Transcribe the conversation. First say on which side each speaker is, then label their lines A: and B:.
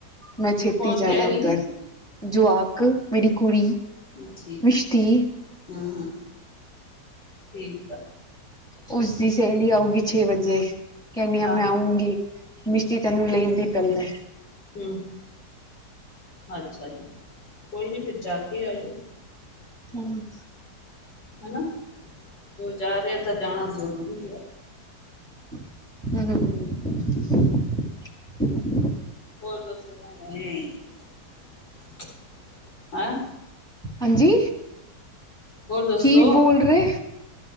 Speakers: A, in the centre; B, on the left.
A: ਮੈਂ ਛੇਤੀ
B: ਕੌਣ
A: ਜਾਣਾ
B: ਕਹਿ ਰਹੀ
A: ਉੱਧਰ
B: ਹੈ
A: ਜੁਆਕ ਮੇਰੀ ਕੁੜੀ
B: ਅੱਛੀ
A: ਮਿਸ਼ਟੀ,
B: ਹਾਂ ਹਾਂ ਠੀਕ ਆ
A: ਉਸਦੀ ਸਹੇਲੀ ਆਊਗੀ ਛੇ ਵਜੇ, ਕਹਿਣੀ
B: ਹਾਂ
A: ਆ ਮੈਂ ਆਊਂਗੀ। ਮਿਸ਼ਟੀ ਤੈਨੂੰ ਲੈਣ ਦੀ ਪਹਿਲਾ,
B: ਹੂੰ ਅੱਛਾ ਜੀ। ਕੋਈ ਨੀ ਫਿਰ ਜਾ ਕੇ ਆਇਓ।
A: ਹੂੰ,
B: ਹੈਨਾ ਔ ਜਾ ਰਿਹਾ ਤਾਂ ਜਾਣਾ ਜ਼ਰੂਰੀ ਆ।
A: ਹੂੰ <unintelligible>
B: ਹੋਰ ਦੱਸੋ? <unintelligible> ਹੈਂ।
A: ਹਾਂਜੀ,
B: ਹੋਰ ਦੱਸੋ
A: ਕੀ ਬੋਲ ਰਹੇ